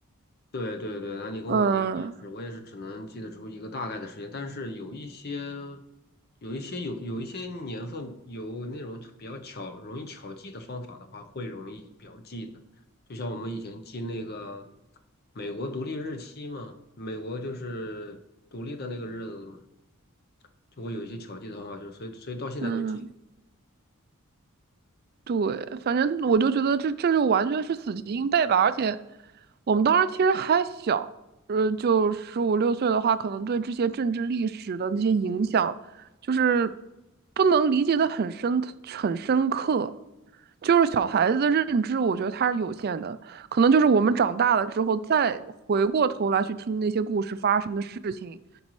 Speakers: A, on the left (about 45°); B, on the right (about 45°).
A: 对对对，那你跟我一样，
B: 嗯
A: 我也是，我也是只能记得出一个大概的时间，但是有一些，有一些有有一些年份有那种比较巧容易巧记的方法的话，会容易表记的。就像我们以前记那个美国独立日期嘛，美国就是独立的那个日子嘛，就会有一些巧记的方法，就是所以所以到现在都记得。
B: 嗯。对，反正我就觉得这这就完全是死记硬背吧，而且我们当时其实还小，呃，就十五六岁的话，可能对这些政治历史的那些影响，就是不能理解的很深很深刻，就是小孩子的认知，我觉得它是有限的，可能就是我们长大了之后再回过头来去听那些故事发生的事情，